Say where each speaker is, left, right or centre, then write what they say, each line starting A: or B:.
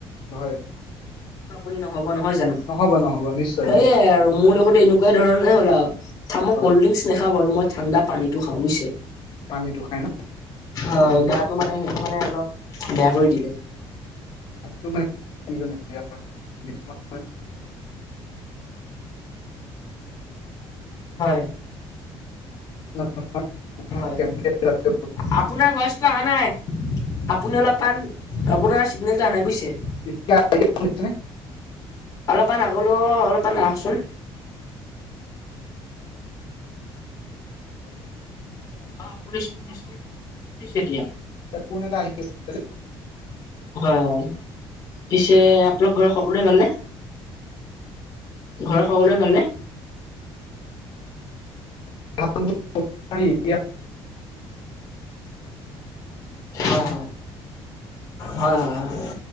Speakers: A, on the left; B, on the left.
A: হয়
B: আপুনি নহব নহয় জানো
A: নহ'ব নহ'ব নিশ্চয়
B: সেইয়াই
A: নিশ্চয়
B: আৰু মোৰ লগতো এনেকুৱাই ধৰণে হ'ল আৱ থামক
A: হয়
B: কল্ড ড্ৰিংকচ নাখাও বাৰু মই ঠাণ্ডা পানীটো খাওঁ বুজিছে
A: পানীটো খাই ন
B: অ গাটো মানে সেইটো মানে অলপ বেয়া কৰি দিয়ে
A: <unintelligible>
B: হয়
A: <unintelligible> <unintelligible>
B: হয় আপোনাৰ ভয়েছটো অহা নাই আপুনি অলপ মান আপোনাৰ চিগনেলটো আনে বুজিছে
A: এতিয়া শুনিছে নে
B: অলপমান আগলো অলপমান আহচোন অ শুনিছো শুনিছো শুনিছো এতিয়া
A: ফৌন এটা আহি আছে
B: হয় হয় পিছে আপোনালোকৰ ঘৰত সকলোৱে ভাল নে ঘৰৰ সকলোৱে ভালে
A: <unintelligible>
B: হয় হয় হয় হয়